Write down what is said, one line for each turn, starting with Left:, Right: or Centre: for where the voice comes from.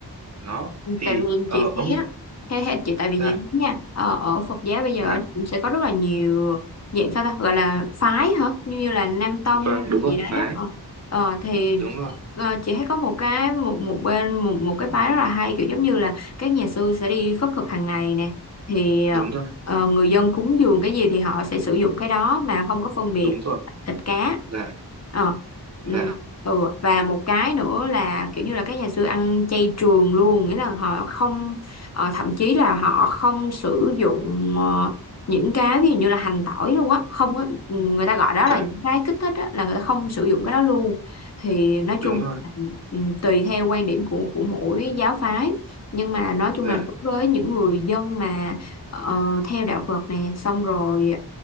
Right: đó thì
Left: tại vì
Right: ờ,
Left: chị thấy
Right: ông
Left: á theo theo chị tại vì
Right: dạ
Left: chị thấy nha ờ, ở Phật giáo bây giờ
Right: dạ
Left: cũng sẽ có rất là nhiều dạng sao ta gọi là phái hả như như là Nam Tông
Right: vâng đúng rồi
Left: gì đấy
Right: phái
Left: á ờ Ờ, thì
Right: đúng rồi
Left: Ờ, chị thấy có một cái một một bên một một cái phái rất là hay kiểu giống như là các nhà sư sẽ đi khất thực hàng ngày nè thì ờ,
Right: đúng rồi
Left: ờ, người dân cúng dường cái gì thì họ sẽ sử dụng cái đó mà không có phân biệt
Right: đúng rồi
Left: thịt cá
Right: dạ
Left: Ờ, ừ,
Right: dạ
Left: ừ. và một cái nữa là kiểu như là các nhà sư ăn chay trường luôn nghĩa là họ không ờ, thậm chí là họ không sử dụng ờ, những cái ví dụ như là hành tỏi luôn á không có ừ, người ta gọi đó
Right: dạ
Left: là những cái kích thích á, là người ta không sử dụng cái đó luôn thì nói chung
Right: đúng rồi
Left: Ừ, tùy theo quan điểm của của mỗi giáo phái nhưng mà nói chung
Right: dạ
Left: là đối với những người dân mà ờ, theo đạo Phật nè xong rồi